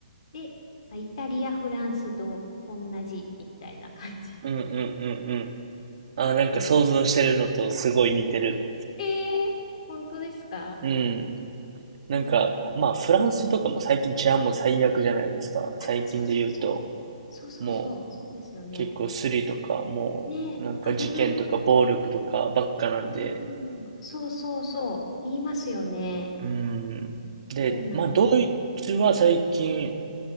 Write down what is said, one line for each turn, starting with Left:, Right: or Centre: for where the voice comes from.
Left: で、あイタリア、フランスと同じみたいな感じ
Right: うんうんうんうん。あー、なんか想像してるのとすごい似てる。
Left: です。えー、本当ですか
Right: うん。なんか、
Left: いやー、
Right: まあフランスとかも最近治安も最悪じゃないですか。最近で言うと、
Left: あ、そうそうそう。そうそうそう。
Right: もう
Left: そうですよね。
Right: 結構スリとか、もうなんか事件とか暴力とかばっかなんで。
Left: ねえ、危ない。うん、そうそうそう。言いますよね。
Right: うん。で、
Left: そうなんです。
Right: まあドイツは最近